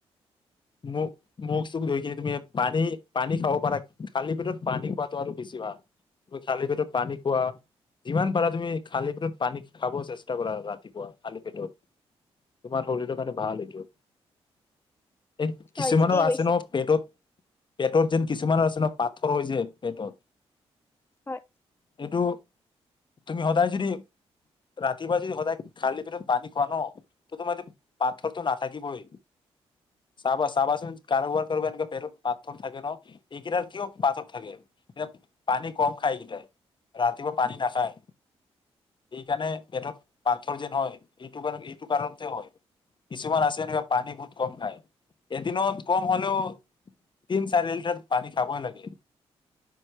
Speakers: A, on the left (about 45°); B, on the left (about 20°).
A: মোক মোক ধ কি তুমি পানী পানী খাব পাৰা খালী পেটত পানী খোৱাটো আৰু বেছি ভাল তুমি খালী পেটত পানী কোৱা যিমান পাৰা তুমি খালী পেটত পানী খাব চেষ্টা কৰা ৰাতিপুৱা খালী পেটত তোমাৰ শৰীৰৰ কাৰণে ভাল এইটো। এই
B: হয়
A: কিছুমানৰ
B: ঠিকেই
A: আছে
B: কৈছে
A: ন, পেটত যেন কিছুমান আছে ন পাথৰ হৈ হৈছে পেটত।
B: হয়।
A: এইটো তুমি সদায় যদি ৰাতিপুৱা যদি সদায় খালি পেটত পানী খোৱা ন ত তোমাৰ এইটো পাথৰটো নাথাকিবই চাবা চাবাচোন কাৰোবাৰ পেটত পাথৰ থাকে ন এইকেইটাৰ কিয় পাথৰ থাকে পানী কম খায় এইকেইটাই ৰাতিপুৱা পানী নাখায় এইকাৰণে পেটত পাথৰ যেন হয় এইটো কাৰ এইটো কাৰণতে হয় কিছুমান আছে এনেকুৱা পানী বহুত কম খায় এদিনত কম হ তিন চাৰি লিটাৰ পানী খাব লাগে।